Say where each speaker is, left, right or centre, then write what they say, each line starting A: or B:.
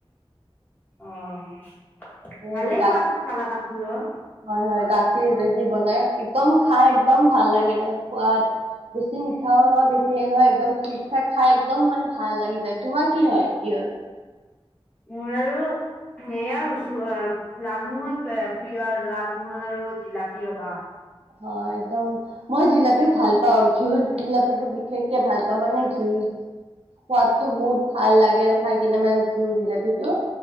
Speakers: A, on the left; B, on the right.
A: অ',
B: এ
A: ভালেই সোৱাদ কালাকাণটোৰৰ।
B: হয়, হয়। গাখীৰেদি বনাই একদম খাই একদম ভাল লাগে তাৰ সোৱাদ। বেছি মিঠাও নহয়, বেছিয়ে এই নহয়, একদম ঠিক-ঠাক খাই একদম মানে ভাল লাগি যায়। তোমাৰ কি হয় প্ৰিয়?
A: মোৰ আৰু সেয়া ৰচো-আ লালমোহন প্ৰিয় আৰু লালমোহন আৰু জিলাপি ৰ'বা
B: হয়, একদম মই জিলাপি ভাল পাওঁ। ঘিউ জিলাপিটো বিশেষকে ভাল পাওঁ, মানে ঘিউ সোৱাদটো বহুত ভাল লাগে আৰু খাই কিনে মানে ঘিউ জিলপিটো।